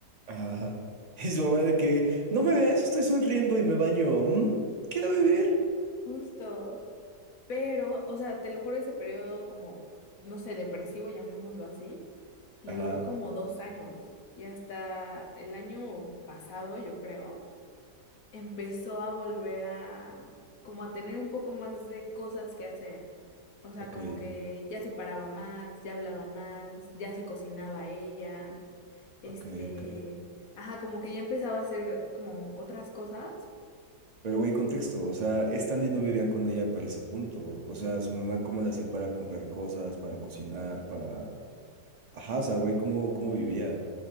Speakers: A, on the right; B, on the left.
A: ajá. <laughs> Y su mamá de que, no me ves, estoy sonriendo y me baño. ¿Mm? Quiero vivir.
B: Justo. Pero, o sea, te lo juro, ese periodo como, no sé, depresivo, llamémoslo así, le
A: Ajá,
B: duró como dos años. Y hasta el año pasado, yo creo, empezó a volver a, como a tener un poco más de cosas que hacer. O sea,
A: ok,
B: como que ya se paraba más, ya hablaba más, ya se cocinaba ella, este,
A: ok, ok.
B: ajá, como que ya empezaba a hacer como otras cosas
A: Pero güey, contexto, o sea, Stanley no vivía con ella para ese punto. O sea, su mamá cómo la hacía para comprar cosas, para cocinar, para... Ajá, o sea, güey, ¿cómo, cómo vivía?